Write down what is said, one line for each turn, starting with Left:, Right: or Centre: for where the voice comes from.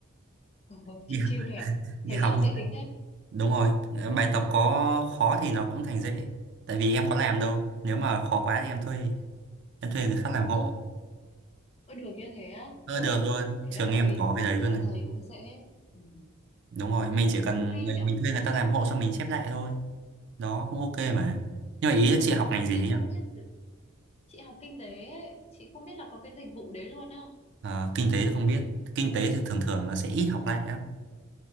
Left: <laughs> Ừ,
Right: Đi
Left: chiêu
Right: học,
Left: chiêu thôi à
Right: đi
Left: thầy
Right: học.
Left: giáo dễ tính thế
Right: Đúng rồi, bài tập có khó thì nó cũng thành dễ. Tại vì em có làm đâu, nếu mà khó quá thì em thuê, em thuê người khác làm hộ.
Left: ơ ôi được như thế á
Right: Ờ,
Left: ôi
Right: được luôn,
Left: thế
Right: trường
Left: là thầy
Right: em có cái đấy luôn
Left: thế là
Right: đấy.
Left: thầy cũng dễ ừ.
Right: Đúng rồi, mình chỉ cần
Left: ô hay
Right: người-
Left: nhở
Right: mình thuê người ta làm hộ xong mình chép lại thôi. Đó cũng ok mà. Nhưng mà ý là chị học ngành gì
Left: chị
Right: ấy
Left: không
Right: nhỉ?
Left: biết được- chị học kinh tế ấy, chị không biết là có cái dịch vụ đấy luôn á
Right: Ờ, kinh tế thì không biết. Kinh tế thì thường thường nó sẽ ít học lại lắm.